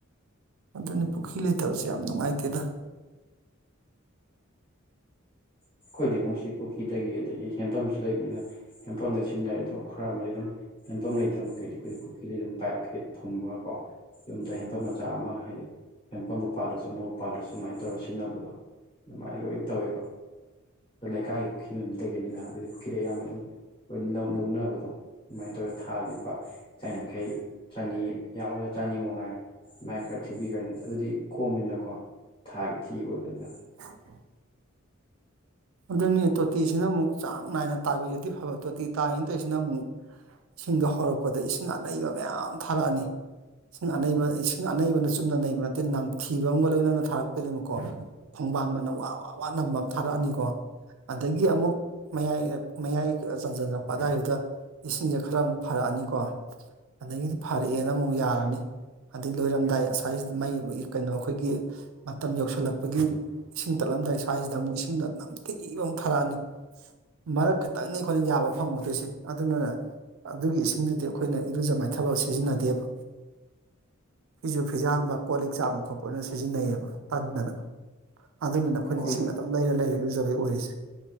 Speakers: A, on the right; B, on the left.
A: ꯑꯗꯨꯅꯤ ꯄꯨꯈ꯭ꯔꯤ ꯂꯩꯇꯕꯁꯦ ꯌꯥꯝ ꯅꯨꯡꯉꯥꯏꯇꯦꯗ
B: ꯑꯩꯈꯣꯏꯗꯤ ꯑꯃꯨꯛꯁꯤ ꯄꯨꯈ꯭ꯔꯤꯗꯒꯤ ꯑꯗꯒꯤ ꯍꯦꯟꯄꯝꯁꯨ ꯂꯩꯕꯅꯤꯅ ꯍꯦꯟꯄꯝꯗꯩ ꯁꯤꯖꯤꯟꯅꯔꯦ ꯑꯗꯣ ꯈꯔ ꯑꯃꯗꯤ ꯑꯗꯨꯝ ꯍꯦꯟꯐꯝ ꯂꯩꯇꯕ ꯃꯈꯩꯗꯤ ꯑꯩꯈꯣꯏꯗꯤ ꯄꯨꯈ꯭ꯔꯤꯗ ꯑꯗꯨꯝ ꯄꯥꯏꯞ ꯀꯀꯩ ꯐꯨꯝꯃꯒ ꯀꯣ ꯌꯨꯝꯗ ꯍꯦꯟꯄꯝ ꯃꯆꯥ ꯑꯃ ꯍꯥꯏꯗꯤ ꯍꯦꯟꯄꯝꯕꯨ ꯄꯥꯜꯂꯁꯨ ꯑꯃꯕꯨ ꯄꯥꯜꯂꯁꯨ ꯑꯗꯨꯃꯥꯏꯅ ꯇꯧꯔ ꯁꯤꯖꯤꯟꯅꯕꯗꯣ ꯑꯗꯨꯃꯥꯏꯅ ꯂꯣꯏꯅ ꯇꯧꯋꯦ ꯂꯩꯀꯥꯏꯒꯤ ꯄꯨꯈ꯭ꯔꯤ ꯂꯩꯕꯗꯒꯤꯅꯤꯅ ꯑꯗꯨꯗꯒꯤ ꯄꯨꯈ꯭ꯔꯤꯗꯩ ꯑꯌꯥꯝꯕ ꯑꯗꯨꯝ ꯂꯣꯏ ꯂꯧ ꯂꯧꯅꯕꯗꯣ ꯑꯗꯨꯃꯥꯏꯅ ꯇꯧꯋꯦ ꯊꯥꯒꯤ ꯂꯨꯄꯥ ꯆꯥꯝ ꯌꯥꯡꯈꯩ ꯆꯅꯤ ꯌꯥꯝꯃꯕꯗ ꯆꯅꯤꯃꯥ ꯉꯥꯏ ꯃꯥꯏ ꯈꯔ ꯊꯤꯕꯤꯈ꯭ꯔꯅꯤ ꯑꯗꯨꯗꯤ ꯀꯣꯝꯃꯦꯅꯀꯣ ꯊꯥꯒꯤ ꯊꯤꯕ ꯑꯣꯏꯕꯅꯤꯅ
A: <inaudible> ꯑꯗꯨꯅꯤ ꯇꯣꯇꯤꯁꯤꯅ ꯑꯃꯨꯛ ꯆꯥꯡ ꯅꯥꯏꯅ ꯇꯥꯕꯤꯔꯗꯤ ꯐꯕ ꯇꯣꯇꯤ ꯇꯥꯔꯤꯅꯦꯅ ꯇꯧꯔꯤꯁꯤꯅ ꯑꯃꯨꯛ ꯏꯁꯤꯡꯗ ꯍꯧꯔꯛꯄꯗ ꯏꯁꯤꯡ ꯑꯅꯩꯕ ꯃꯌꯥꯝ ꯊꯥꯔꯛꯑꯅꯤ ꯏꯁꯤꯡ ꯑꯅꯩꯕ ꯏꯁꯤꯡ ꯑꯅꯩꯕꯅ ꯆꯨꯝꯅ ꯅꯩꯕ ꯅꯠꯇꯦ ꯅꯝꯊꯤꯕ ꯑꯃꯒ ꯂꯣꯏꯅꯅ ꯊꯥꯔꯛꯇꯣꯏꯅꯦꯕꯀꯣ ꯈꯣꯡꯕꯥꯟꯅ ꯋꯥ ꯋꯥ ꯋꯥ ꯅꯝꯕ ꯑꯃ ꯊꯥꯔꯛꯑꯅꯤꯀꯣ ꯑꯗꯒꯤ ꯑꯃꯨꯛ ꯃꯌꯥꯏ ꯃꯌꯥꯏ ꯆꯟꯖꯜꯅꯛꯄ ꯑꯗꯨꯋꯥꯏꯗꯨꯗ ꯏꯁꯤꯡꯁꯦ ꯈꯔ ꯑꯃꯨꯛ ꯐꯔꯛꯑꯅꯤꯀꯣ ꯑꯗꯒꯤꯗꯤ ꯐꯔꯛꯑꯦꯅ ꯑꯃꯨꯛ ꯌꯥꯔꯅꯤ ꯑꯗꯩ ꯂꯣꯏꯔꯝꯗꯥꯏ ꯑꯁ꯭ꯋꯥꯏꯖꯤꯗ ꯃꯩ ꯀꯩꯅꯣ ꯑꯩꯈꯣꯏꯒꯤ ꯃꯇꯝ ꯌꯧꯁꯤꯜꯂꯛꯄꯒꯤ ꯏꯁꯤꯡ ꯇꯠꯂꯝꯗꯥꯏ ꯁ꯭ꯋꯥꯏꯁꯤꯗ ꯑꯃꯨꯛ ꯏꯁꯤꯡꯗꯣ ꯅꯝꯊꯤꯕ ꯑꯃ ꯊꯥꯔꯛꯑꯅꯤ ꯃꯔꯛ ꯈꯛꯇꯪꯅꯤ ꯈꯣꯠꯅ ꯌꯥꯕ ꯐꯪꯍꯧꯗꯣꯏꯁꯦ ꯑꯗꯨꯅꯅ ꯑꯗꯨꯒꯤ ꯏꯁꯤꯡꯗꯨꯗꯤ ꯑꯩꯈꯣꯏꯅ ꯏꯔꯨꯖ ꯃꯥꯏꯊꯕ ꯁꯤꯖꯤꯟꯅꯗꯦꯕ ꯐꯤꯖꯨ ꯐꯤꯖꯥꯝꯕ ꯀꯣꯜ ꯂꯤꯛ ꯆꯥꯝꯕ ꯈꯣꯠꯄ ꯑꯣꯏꯅ ꯁꯤꯖꯤꯟꯅꯩꯌꯦꯕ ꯇꯟꯗꯅ ꯑꯗꯨꯗꯨꯅ ꯑꯩꯈꯣꯏꯅ
B: ꯀꯣꯜ
A: ꯏꯁꯤꯡ ꯑꯗꯨꯝ ꯂꯩꯔ ꯂꯩꯔ ꯏꯔꯨꯖꯕꯩ ꯑꯣꯏꯔꯤꯁꯦ